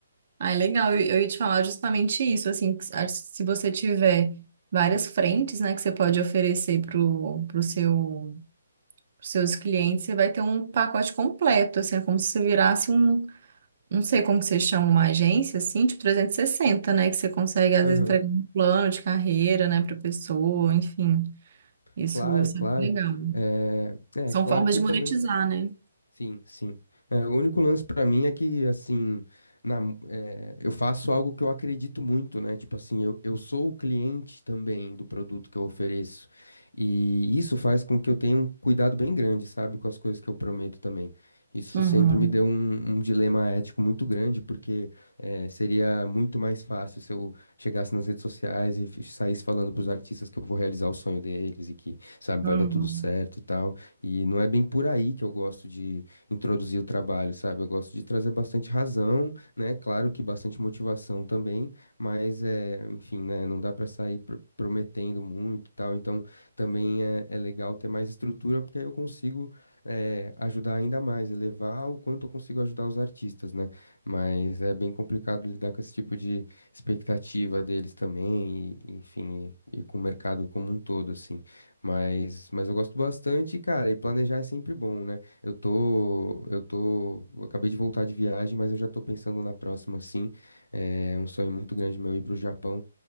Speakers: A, on the right; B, on the left.
A: Ah, é legal. Eu, eu ia te falar justamente isso, assim, que se acho que se você tiver várias frentes, né, que você pode oferecer pro, pro seu, pros seus clientes, você vai ter um pacote completo, assim, é como se você virasse um, não sei como que você chama uma agência, assim, tipo trezentos e sessenta né, que você consegue, às
B: Aham,
A: vezes, entregar um plano de carreira, né, pra pessoa, enfim. Isso,
B: claro,
A: isso
B: claro.
A: é legal.
B: É, é,
A: São
B: claro
A: formas
B: que
A: de monetizar,
B: também
A: né?
B: Sim, sim. É, o único lance pra mim é que, assim, na, mu- é, eu faço algo que eu acredito muito, né? Tipo assim, eu, eu sou o cliente também do produto que eu ofereço. E isso faz com que eu tenha um cuidado bem grande, sabe, com as coisas que eu prometo também. Isso
A: Uhum.
B: sempre me deu um, um dilema ético muito grande, porque é, seria muito mais fácil se eu chegasse nas redes sociais e f- saísse falando pros artistas que eu vou realizar o sonho deles e que, sabe,
A: Uhum.
B: vai dar tudo certo e tal. E não é bem por aí que eu gosto de introduzir o trabalho, sabe? Eu gosto de trazer bastante razão, né? Claro que bastante motivação também, mas é, enfim, né? Não dá para sair pro- prometendo muito e tal. Então, também é, é legal ter mais estrutura, porque aí eu consigo é, ajudar ainda mais, elevar o quanto eu consigo ajudar os artistas, né? Mas é bem complicado lidar com esse tipo de expectativa deles também, e, enfim, e, e com o mercado como um todo, assim. Mas, mas eu gosto bastante, cara, e planejar é sempre bom, né? Eu tô, eu tô, eu acabei de voltar de viagem, mas eu já tô pensando na próxima, sim. É um sonho muito grande meu ir pro Japão.